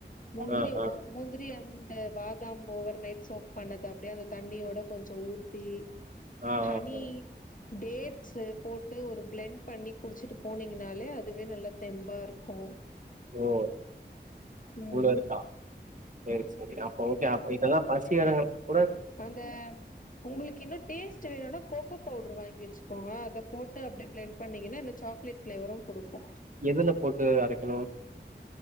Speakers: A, on the left; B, on the right.
A: முந்திரி
B: ஆ ஆ
A: ஓ முந்திரி அன்டு பாதாம் ஓவர் நைட் சோப் பண்ணது அப்டியே அந்த தண்ணியோட கொஞ்சோ ஊத்தி
B: ஆ ஆ
A: ஹனி
B: ஆ
A: டேட்ஸு போட்டு ஒரு பிளண்ட் பண்ணி குடிச்சிட்டு போனீங்னாலே அதுவே நல்ல தெம்பா இருக்கு
B: ஓ
A: ம்
B: இவ்ளோ இருக்கா சேரி சேரி அப்ப ஓகே அ இதெல்லா பசி அடங்கல
A: அந்த உங்களுக்கு இன்னு டேஸ்ட் வேணும்னா கோகோ பவுடர் வாங்கி வச்சுக்கோங்க அத போட்டு அப்டே பிளண் பண்ணீங்கன்னா இந்த சாக்லேட் ஃப்ளேவரு குடுக்கு
B: எதுல போட்டு அரைக்கணு